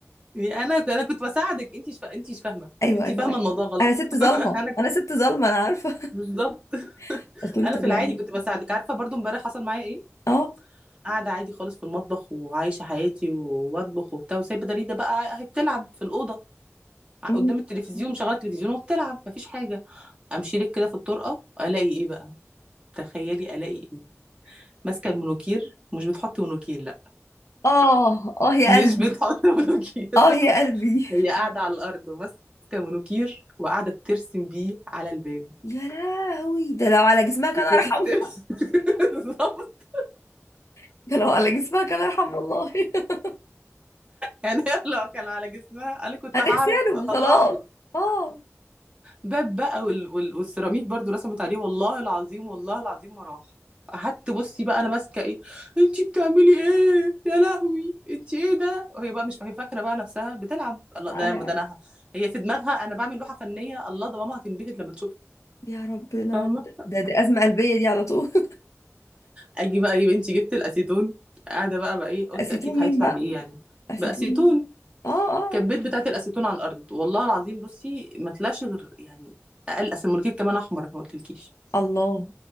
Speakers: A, on the right; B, on the left.
A: يعني انا انا كنت بساعدك انت مش فا... انت مش فاهمه
B: ايوه
A: انت
B: ايوه
A: فاهمه
B: ايوه
A: الموضوع غلط
B: انا ست ظالمة
A: <laughs> انا كنت
B: انا ست ظالمة انا عارفة
A: بالظبط
B: <laughs> قلت له
A: انا
B: طب
A: في العادي
B: يعني
A: كنت بساعدك عارفه برضو امبارح حصل معايا ايه
B: اه
A: قاعده عادي خالص في المطبخ وعايشه حياتي وبطبخ وبتاع وسايبه دريده بقى هي بتلعب في الاوضه
B: مم.
A: قدام التلفزيون مشغله التلفزيون وبتلعب مفيش حاجه امشي لك كده في الطرقه الاقي ايه بقى تخيلي الاقي ايه ماسكه المونوكير مش بتحط مونوكير لا
B: اه اه يا
A: مش
B: قلبي
A: بتحط <laughs> مونوكير
B: اه يا قلبي
A: هي قاعدة على الأرض وماسكة مونوكير وقاعدة بترسم بيه على الباب
B: <laughs> يا لهوي ده لو على جسمها كان
A: بترسم
B: ارحم
A: <laughs> بالظبط
B: <laughs> ده لو على جسمها كان ارحم والله <laughs>
A: يعني هي لو كان على جسمها أنا كنت
B: هنغسله
A: هعرف أطلعه
B: وخلاص اه
A: باب بقى وال... وال... والسيراميك برضو رسمت عليه والله العظيم والله العظيم ما راح قعدت بصي بقى انا ماسكه ايه انتي بتعملي ايه يا لهوي انتي ايه ده وهي بقى مش هي فاكره بقى نفسها بتلعب الله ده
B: انا
A: ده انا هي في دماغها انا بعمل لوحه فنيه الله ده ماما هتنبهر لما تشوفها
B: يا ربنا
A: فاهمه
B: ده, ده أزمة قلبية دي على طول <laughs>
A: اجي بقى يا بنتي جبت الاسيتون قاعده بقى بقى ايه قلت
B: أسيتون
A: اكيد هيطلع
B: مين بقى
A: بايه يعني
B: أسيتون
A: باسيتون
B: مين آه آه
A: كبيت بتاعه الاسيتون على الارض والله العظيم بصي ما طلعش غير يعني اقل اصل المنكير كمان احمر ما قلتلكيش
B: الله